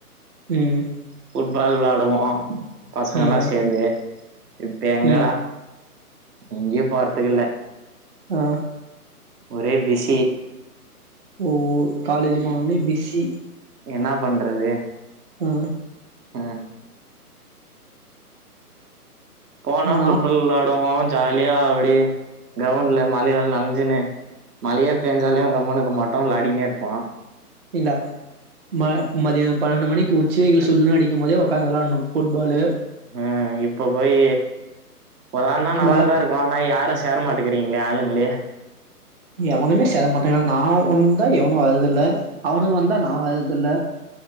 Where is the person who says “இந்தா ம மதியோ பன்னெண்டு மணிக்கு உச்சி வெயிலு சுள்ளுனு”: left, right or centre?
Right